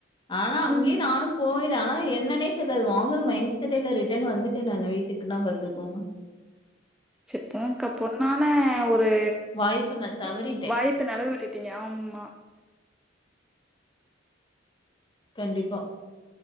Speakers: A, on the left; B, in the centre.
A: ஆனா
B: ம்
A: அங்கயு நானும் போய் ஆனா என்னனே தெர்ல அது வாங்குற மைண்ட் செட்டே இல்ல ரிட்டர் வந்துட்ட நானு வீட்டுக்கு நா பாத்துக்கோங்க
B: சப்ப்க <unintelligible> பொண்ணானே ஒரு
A: வாய்ப்ப நான் தவறிட்டேன்.
B: ஒரு வாய்ப்ப நழுவ விட்டுட்டீங்க ஆமா
A: கண்டிப்பா